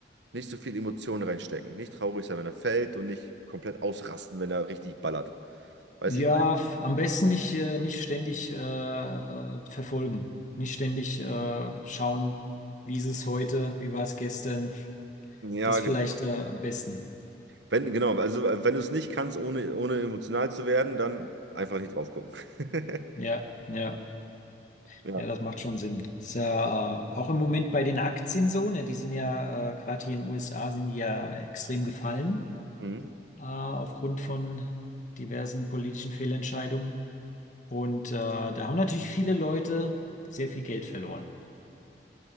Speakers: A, on the right (about 80°); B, on the left (about 45°).
A: Nicht so viel Emotionen reinstecken. Nicht traurig sein, wenn er fällt und nicht komplett ausrasten, wenn er richtig ballert. Weißt
B: Ja,
A: du, ich
B: f- am besten nicht, äh, nicht ständig äh, äh, verfolgen, nicht ständig äh, schauen, wie ist es heute, wie war es gestern.
A: meine? Ja,
B: Das vielleicht
A: genau.
B: äh, am besten.
A: Wenn, genau, also äh, wenn du es nicht kannst, ohne, ohne emotional zu werden, dann einfach nicht drauf gucken. <laughs>
B: Ja, ja.
A: Ja.
B: Ja, das macht schon Sinn. Ist ja äh, auch im Moment bei den Aktien so, ne? Die sind ja äh, gerade hier in den USA sind die ja extrem gefallen
A: Mhm.
B: äh, aufgrund von diversen politischen Fehlentscheidungen. Und äh, da haben natürlich viele Leute sehr viel Geld verloren.